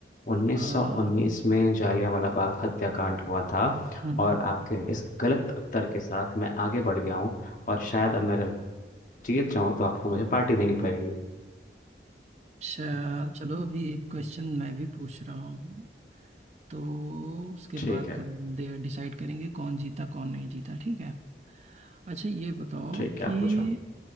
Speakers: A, on the left; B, on the right.
A: 1919
B: आ, हम्म
A: में जालियांवाला बाग हत्याकांड हुआ था
B: हम्म।
A: और आपके इस गलत उत्तर के साथ मैं आगे बढ़ गया हूँ और शायद अब मेरे जीत जाऊं तो आपको मुझे पार्टी देनी पड़ेगी
B: अच्छा चलो अभी एक क्वेश्चन मैं भी पूछ रहा हूँ तो उसके
A: ठीक
B: बाद
A: है
B: डिसाइड करेंगे कौन जीता कौन नहीं जीता ठीक है अच्छा ये बताओ
A: ठीक
B: कि
A: है आप पूछो